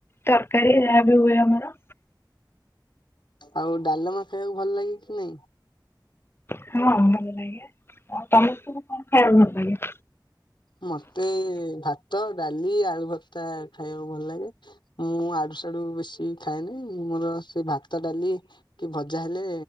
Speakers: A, on the left (about 30°); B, on the left (about 85°).
A: ତରକାରୀ ଯାହା ବି ହୁଏ ଆମର।
B: ଆଉ ଡାଲମା ଖାଇବାକୁ ଭଲ ଲାଗେ କି ନାଇଁ?
A: ହଁ ଭଲ ଲାଗେ ଆଉ ତମକୁ କଣ ଖାଇବାକୁ ଭଲ ଲାଗେ।
B: ମତେ, ଭାତ, ଡାଲି, ଆଳୁ, ଭର୍ତ୍ତା, ଖାଇବାକୁ ଭଲ ଲାଗେ। ମୁଁ ଆଡୁ ସଡୁ ବେଶୀ ଖାଏନି ମୋର ସେ, ଭାତ, ଡାଲି। କି ଭଜା ହେଲେ